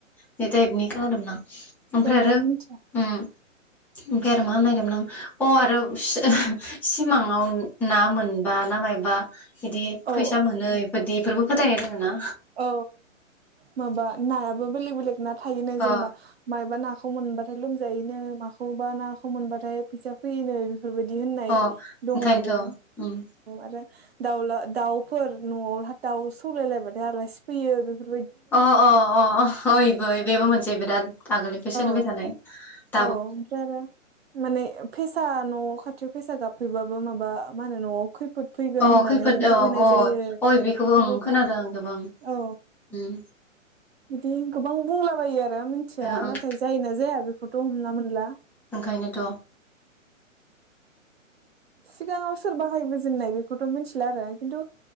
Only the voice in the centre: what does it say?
बे टाइपनि खोनादों ना ओमफ्राय
आरो
ओम बेरेमा नायदोंमोन आं अ आरो सि ओह सिमाङाव ना मोनबा ना मायबा बिदि
फैसा मोनो इफोरदि इफोरबो फोथायनाय दोङो ना
अ
अ
ओंखायनोथ'
उम
अ अ अ इबो बेबो मोनसे बिराद आगोलनिफ्राय सोलिबाय
थानाय ।
अ
खैफोद
अ
अ
अ इ बेखौबो
आं खोनादों गोबां उम्म।
ओ ओं
ओंखायनोथ'